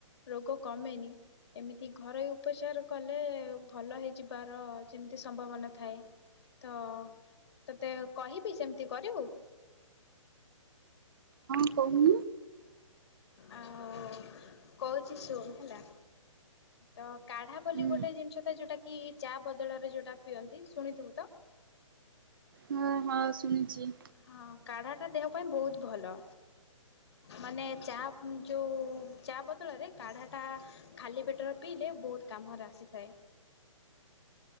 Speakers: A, on the left; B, on the right.
A: ରୋଗ କମେନି। ଏମିତି ଘରୋଇ ଉପଚାର କଲେ ଭଲ ହେଇଯିବାର ଯେମିତି ସମ୍ଭାବନା ଥାଏ। ତ ତୋତେ କହିବି ସେମିତି କରିବୁ?
B: <unintelligible>
A: ଆଉ କହୁଛି ଶୁଣୁ ହେଲା। ତ କାଢା ବୋଲି
B: ହୁଁ
A: ଗୋଟେ ଜିନିଷ ତ ଯୋଉଟା କି ଚା ବଦଳରେ ଯୋଉଟା ପିଅନ୍ତି ଶୁଣିଥିବୁ ତ।
B: ହଁ ହଁ ଶୁଣିଛି।
A: ହଁ କାଢା ଟା ଦେହ ପାଇଁ ବହୁତ ଭଲ। ମାନେ ଚା ଯୋଉ ଚା ବଦଳରେ କାଢା ଟା ଖାଲି ପେଟରେ ପିଇଲେ ବହୁତ କାମରେ ଆସିଥାଏ।